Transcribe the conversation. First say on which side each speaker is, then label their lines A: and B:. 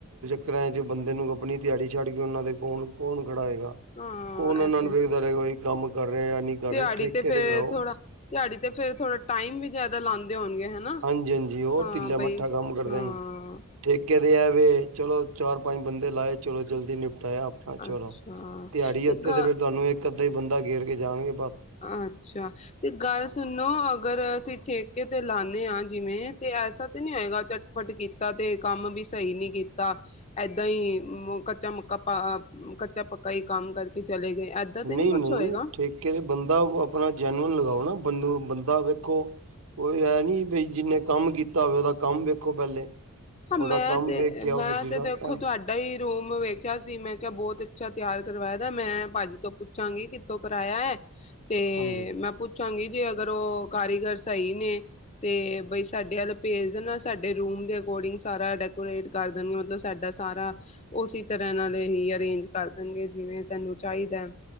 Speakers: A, on the right; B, on the left.
A: ਕਿਰਾਏ ਚ ਬੰਦੇ ਨੂੰ ਆਪਣੀਂ ਦਿਹਾੜੀ ਛੱਡ ਕੇ ਉਹਨਾਂ ਦੇ ਕੋਣ ਕੌਣ। ਖੜਾ ਹੈਏਗਾ
B: ਹਾਂ
A: ਕੌਣ ਉਹਨਾਂ
B: ਇਹ ਤੇ
A: ਨੂੰ ਵੇਖਦਾਂ ਰਹੇਗਾ। ਕਿ ਬਈ ਕੰਮ ਕਰ ਰਹੇ ਜਾਂ ਨਹੀਂ ਕਰ
B: ਦਿਹਾੜੀ
A: ਰਿਹਾ ਠੇਕੇ
B: ਫੇਰ
A: ਤੇ ਕਰਾਓ।
B: ਥੋੜਾ ਦਿਹਾੜੀ ਤੇ ਫ਼ਿਰ ਥੋੜਾਂ ਟਾਇਮ ਵੀ ਜ਼ਿਆਦਾ ਲਾਉਂਦੇ ਹੋਣਗੇ। ਹਨਾ
A: ਹਾਂਜੀ ਹਾਂਜੀ ਉਹ
B: ਹਾਂ
A: ਢਿੱਲਾ
B: ਬਈ
A: ਮੱਠਾਂ ਕੰਮ ਕਰਦੇ
B: ਹਾਂ
A: ਨੇਂ ਠੇਕੇ। ਏਂ ਵੇ ਚਲੋਂ ਚਾਰ ਪੰਜ ਬੰਦੇ ਲਾਏ ਚਲੋਂ ਜ਼ਲਦੀ ਨਿਪਟ ਆਪਣਾਂ ਚਲੋਂ
B: ਅੱਛਾ
A: ਦਿਹਾੜੀ ਹੱਥੇ
B: ਗ
A: ਤੇ ਫ਼ਿਰ ਤੁਹਾਂਨੂੰ ਇੱਕ ਤੇ ਬੰਦਾ ਗੇਰ ਕੇ ਜਾਂਣਗੇ।
B: ਅੱਛਾ ਤੇ ਗੱਲ਼ ਸੁਣੋਂ ਅਗਰ ਅਸੀਂ ਠੇਕੇ ਤੇ ਲਾਂ ਆ ਜਿਵੇਂ ਤੇ ਐਸ ਤੇ ਨੀਂ ਹੋਏਗਾ। ਝਟ ਪਟ ਕੀਤਾਂ ਤੇ ਕੰਮ ਵੀ ਸਹੀ ਨੀਂ ਕੀਤਾਂ ।ਏਦਾਂ ਹੀ ਕੱਚਾ ਮੱਕਾ ਕੱਚਾ ਪੱਕਾ ਹੀ ਕੰਮ ਕਰਕੇ ਚਲੇਂ ਗਏ। ਏਦਾਂ ਤੇ
A: ਨਹੀਂ
B: ਕੁਛ
A: ਨਹੀਂ
B: ਹੋਏਗਾ।
A: ਠੇਕੇ ਦੇ ਬੰਦੇ। ਬੰਦਾ ਆਪਣਾਂ ਜੈਨਵਨ ਲਗਾਓ ਨਾ। ਬੰਦੂ ਬੰਦਾ ਵੇਖੋ ਕੋਈ ਐ ਨੀ ਬਈ ਜਿੰਨੇਂ ਕੰਮ ਕੀਤਾਂ ਹੋਵੇਂ ਉਹਦਾ ਕੰਮ ਵੇਖੋ ਪਹਿਲੇ।
B: ਹਾਂ
A: ਉਹਦਾ
B: ਮੈਂ
A: ਕੰਮ
B: ਤੇ
A: ਵੇਖ ਕੇ ਆਓ
B: ਮੈਂ
A: ਕਿਸੇ
B: ਤੇ
A: ਦਾ
B: ਦੇਖੋਂ
A: ਐ
B: ਤੁਹਾਡਾ ਹੀ ਰੂਮ ਵੇ ਖਿਆਂ ਸੀ ਮੈਂ ਕਿਹਾਂ ਬਹੁਤ ਅੱਛਾ ਤਿਆਰ ਕਰਵਾਇਆ ਦਾ। ਮੈਂ ਭਾਜੀ ਤੋਂ ਪੁੱਛਾਂਗੀ ਕਿੱਥੋਂ ਕਰਵਾਇਆਂ ਹੈਂ। ਤੇ
A: ਸਮਝੋ
B: ਮੈਂ ਪੁੱਛਾਂਗੀ ਜੇ ਅ ਅਗਰ ਉਹ ਕਾਰੀਗਰ ਸਹੀ ਨੇਂ ਤੇ ਬਈ ਸਾਡੇ ਵੱਲ਼ ਭੇਜ ਦੇਣਾ ਸਾਡੇ ਰੂਮ ਦੇ ਅਕੋਰਡਿੰਗ। ਸਾਰਾਂ ਡੈਕੋਰੇਟ ਕਰ ਦੇਣਗੇ। ਮੱਤਲਬ ਸਾਡਾ ਸਾਰਾਂ ਉਸੇ ਤਰ੍ਹਾਂ ਨਾਲੇ ਹੀ ਅਰੇਂਜ ਕਰ ਦੇਣਗੇ ਜਿਵੇਂ ਸਾਨੂੰ ਚਾਹੀਂਦਾ।